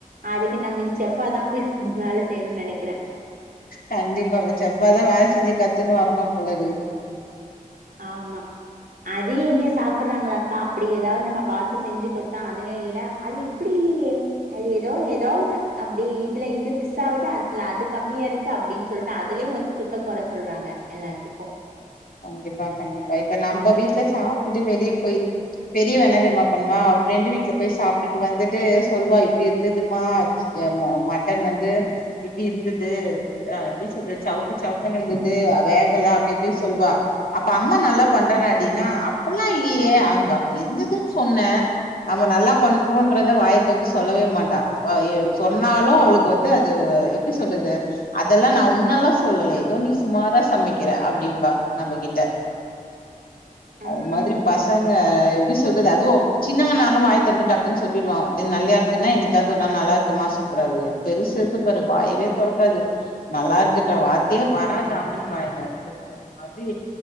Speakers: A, on the right (about 85°); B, on the left (about 85°).
A: அதுக்கு நம்ம இனி செஃப்பாதா போய் வேல செய்யணுனு நெனைக்கிறே
B: கண்டிப்பா செஃப்பாதா வேல செஞ்சு கத்துன்னு வரணு போல இருக்குது
A: ஆமா அது எங்க சாப்புட்றாங்களா அக்கா அப்டி ஏதாவது நம்ம பாத்து செஞ்சு குடுத்தா அதுலையு இல்ல அது இப் ப்டி இல்லையே அது ஏதோ ஏதோ ஒன்னு அப்டி இதுல இது மிஸ் ஆவுது அதுல அது கம்மியா இருக் கு அப்டின்னு சொல்ட்டு அதுலயு வந்து குத்தங்கொற சொல்றாங்க எல்லாத்துக்கு
B: கண்டிப்பா கண்டிப்பா இப்ப நம்ப வீட்ல சாப்டுட்டு வெளியே போய் பெரியவ என்ன தெரியமா பண்ணுவா அவ ஃப்ரெண்டு வீட்ல போய் சாப்டுட்டு வந்துட்டு சொல்லுவா இப்டி இருந்துதுமா ஏ மோ மட்டன் வந்து இப்டி இருந்து து அ அப்படி சொல்லிட்டு சவுக்கு சவுக்கு இருந்துது வேகல அப்டி இப்டி சொல்லுவா அப்ப அம்மா நல்லா பண்றேனாடி அப்டின்னா அப்டில்லா இல்லையே அங்க அப்டி இருந்துதுன்னு சொன்னே நம்ம நல்லா பண்றோன்றத வாய தொறந்து சொல்லவே மாட்டா அ எ சொன்னாலு அவளுக் கு வந்து அது எப்டி சொல்றது அதெல்லா நா உன்னலா சொல்லல ஏதோ நீ சுமாரா சமைக்கிற அப்படிம்பா நம்மகிட்ட
A: ம்
B: அது மாதிரி பசங்க எப்டி சொல்றது அதுவு சின்னவனாலு வாய் தொறந்து டக்குன்னு சொல்லிருவா நல்லயா இருக் குனா என்னைக்காவது ஒருநாள் நல்லா இருக்குமா சூப்பரா இருக்கு பெருசு இருக்கு பாரு வாயவே தொறக்காது நல்லா இருக்குன்ற வார்த்தையே வராது அமன் வாயில இருந்து அது மாதிரி